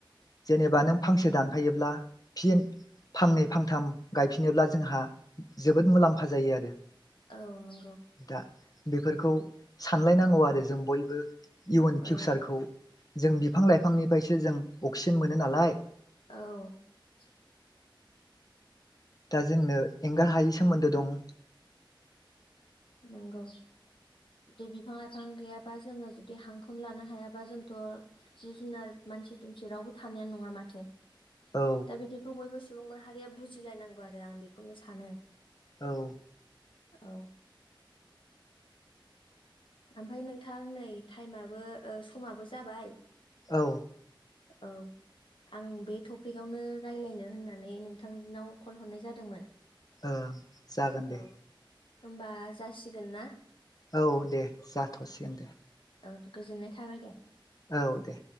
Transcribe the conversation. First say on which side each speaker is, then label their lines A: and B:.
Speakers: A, on the left; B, on the left.
A: जेनेबा नों फांसे दानफायोब्ला फिन फांनै फांथाम गायफिनोब्ला जोंहा जोबोद मुलाम्फा जायो आरो
B: औ नंगौ
A: दा बेफोरखौ सानलायनांगौ आरो जों बयबो इउन
B: औ
A: फिउसारखौ जों बिफां लाइफांनिफ्रायसो जों अक्सिजेन मोनो नालाय
B: औ
A: दा जोंनो एंगार हायै सोमोन्दो दं
B: नोंगौ दि बिफां लाइफां गैयाबा जोङो जुदि हांखौनो लानो हायाबा जोंथ' जिब जुनार मानसि दुमसि रावबो थानायानो नङा माथो
A: औ
B: दा बिदिखौ बयबो सुबुं माहारिया बुजिलायनांगौ आरो आं बेखौनो सानो
A: औ
B: औ। ओमफ्राय नोंथां नै टाइमाबो ओ समाबो जाबाय
A: औ।
B: औ आं बे टपिकआवनो रायलायनो होननानै नोंथांनाव कल हरनाय जादोंमोन
A: ओ जागोन दे
B: औ होमबा जासिगोन ना
A: औ दे जाथ'सिगोन दे
B: औ गोजोननाय थाबाय दे
A: औ दे